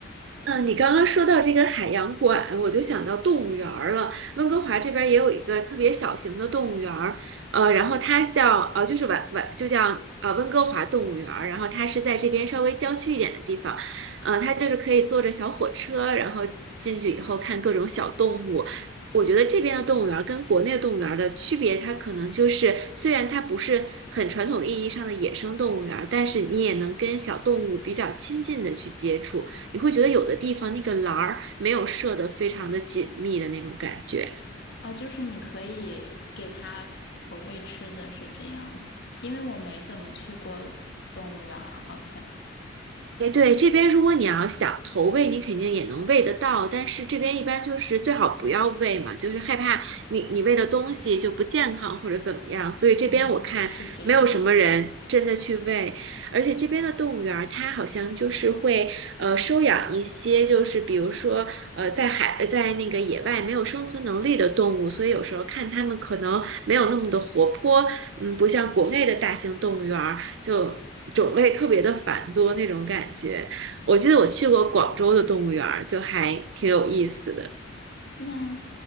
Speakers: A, on the right; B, on the left.
A: 嗯，你刚刚说到这个海洋馆，我就想到动物园儿了。温哥华这边儿也有一个特别小型的动物园儿，呃，然后它叫呃，就是晚晚就叫呃温哥华动物园儿，然后它是在这边稍微郊区一点的地方，呃，它就是可以坐着小火车，然后进去以后看各种小动物。我觉得这边的动物园儿跟国内的动物园儿的区别，它可能就是虽然它不是很传统意义上的野生动物园儿，但是你也能跟小动物比较亲近的去接触。你会觉得有的地方那个栏儿没有设得非常的紧密的那种感觉。
B: 哦，就是你可以给它投喂吃的是这样吗？因为我没怎么去过动物园儿，好像。
A: 哎，对，这边如果你要想投喂，你肯定也能喂得到，但是这边一般就是最好不要喂嘛，就是害怕你你喂的东西就不健康或者怎么样，所以这边我看没有什么人真的去喂，
B: 哦，是这样的。
A: 而且这边的动物园儿它好像就是会呃收养一些就是比如说呃在海在那个野外没有生存能力的动物，所以有时候看它们可能没有那么的活泼，嗯，不像国内的大型动物园儿。就种类特别的繁多那种感觉。我记得我去过广州的动物园儿，就还挺有意思的。
B: 那